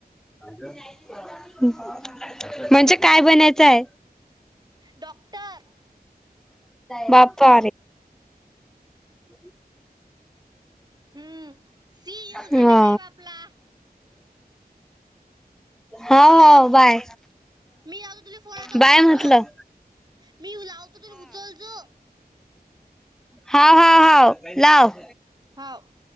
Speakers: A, in the centre; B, on the right.
A: <unintelligible> हू म्हणजे काय बनायचं आहे?
B: डॉक्टर
A: बाप्पा आरे. <inaudible>
B: हम्म सी यू झाले
A: हा!
B: टाईम आपला.
A: हो
B: हॅलो
A: हो बाय,
B: मी लावतो तुला फोन आता उचलजो.
A: बाय म्हतलं.
B: मी लावतो तुला उचल जो.
A: हा हा हा लाव!
B: हाव!